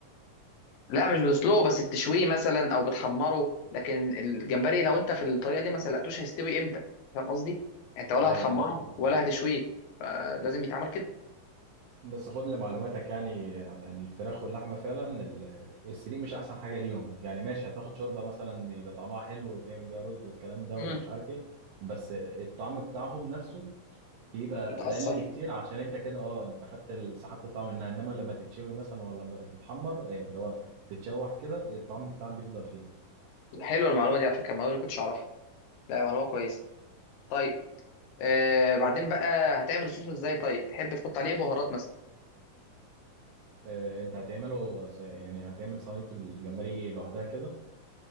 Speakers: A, on the left (about 80°); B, on the right (about 80°).
A: لا مش بتسلقه بس بتشويه مثلا او بتحمره لكن الجمبري لو انت في الطريقه دي ما سلقتوش هيستوي امتى فاهم قصدي يعني انت ولا
B: ايوه
A: هتحمره
B: ايوه ال-
A: ولا هتشويه فلازم يتعمل كده
B: بس خد لمعلوماتك يعني يعني الفراخ واللحمه فعلا ال- السريق مش احسن حاجه ليهم يعني ماشي هتاخد شوربه مثلا يبقى طعمها حلو وتعمل بيها رز والكلام ده
A: امم
B: ومش عارف ايه بس الطعم بتاعهم نفسه بيبقى
A: بتأثر
B: اقل بكتير عشان انت كده اه انت خدت ال- سحبت الطعم منها انما لما تتشوي مثلا ولا لما تتحمر ايه اللي هو تتشوح كده الطعم بتاعك بيفضل فيه
A: حلوه المعلومه دي على فكره المعلومه دي ما كنتش اعرفها لا معلومه كويسه طيب آه بعدين بقى هتعمل الصوص ازاي طيب تحب تحط عليه إيه بهارات مثلا
B: اه انت هتعمله س- يعني هتعمل صينيه الجمبري ايه لوحدها كده